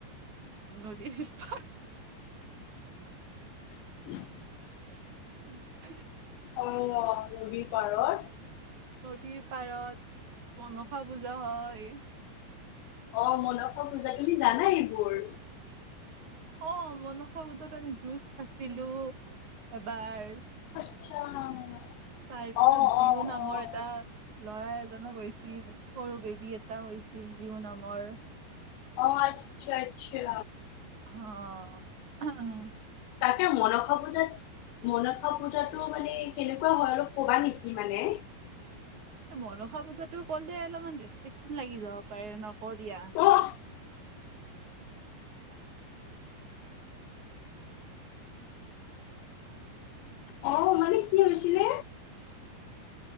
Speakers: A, on the right; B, on the left.
A: নদীৰ পাৰ।
B: <inaudible>
A: <inaudible>
B: অ' নদীৰ পাৰত।
A: নদীৰ পাৰত মনসা পূজা হয়।
B: অ' মনসা পূজা তুমি জানাই এইবোৰ।
A: অ' মনসা পূজাত আমি জুচ খাইছিলো এবাৰ।
B: <unintelligible>
A: তাৰ পিছত
B: অ',
A: জিউ
B: অ',
A: নামৰ
B: অ',
A: এটা ল'ৰা এজনো গৈছিল। সৰু বেবী এটা হৈছিল জিও নামৰ।
B: অ, আচ্ছা আচ্ছা।
A: হ, <inaudible>
B: তাকে, মন <inaudible> পূজাত মনসা, পূজাতো মানে কেনেকুৱা হয় আৰু কবা নেকি মানে।
A: মনসা পূজাতো ক'লে অলপমান ৰেষ্ট্ৰিকশন লাগি যাব পাৰে, নকও দিয়া।
B: অ', অ, মানে কি হৈছিলে।